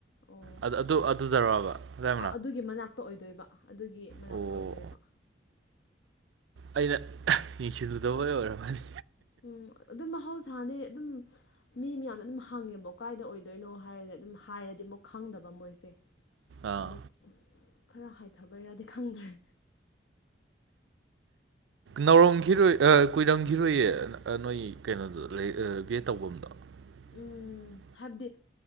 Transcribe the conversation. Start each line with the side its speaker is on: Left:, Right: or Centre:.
Left: ꯑꯣ
Right: ꯑꯗ- ꯑꯗꯨ ꯑꯗꯨꯗꯔꯕ ꯑꯗꯥꯏ
Left: ꯑꯗꯨꯒꯤ ꯃꯅꯥꯛꯇ ꯑꯣꯏꯗꯣꯏꯕ ꯑꯗꯨꯒꯤ ꯃꯅꯥꯛꯇ
Right: ꯑꯣ
Left: ꯑꯣꯏꯗꯣꯏꯕ
Right: ꯑꯩꯅ ꯌꯦꯡꯁꯤꯟꯂꯨꯗꯕꯩ ꯑꯣꯏꯔꯝꯃꯅꯤ
Left: ꯎꯝ ꯑꯗꯨꯝ ꯃꯍꯧꯁꯥꯅꯦ ꯑꯗꯨꯝ ꯃꯤ ꯃꯌꯥꯝꯅ ꯑꯗꯨꯝ ꯍꯪꯉꯦꯕ ꯀꯥꯏꯗ ꯑꯣꯏꯗꯣꯏꯅꯣ ꯍꯥꯏꯔꯗꯤ ꯑꯗꯨꯝ ꯍꯥꯏꯔꯗꯤ ꯑꯃꯨꯛ ꯈꯪꯗꯕ ꯃꯣꯏꯁꯦ
Right: ꯑꯥ
Left: ꯑꯗꯨ ꯈꯔ ꯍꯥꯏꯊꯕꯩꯔꯗꯤ ꯈꯪꯗ꯭ꯔꯦ
Right: ꯅꯥꯎꯔꯝꯈꯤꯔꯣꯏ ꯀꯨꯏꯔꯝꯈꯤꯔꯣꯏꯌꯦ ꯅꯣꯏ ꯀꯩꯅꯣꯗꯣ ꯂꯩ ꯕꯦꯠ ꯇꯧꯐꯝꯗꯣ <unintelligible>
Left: ꯎꯝ ꯍꯥꯏꯕꯗꯤ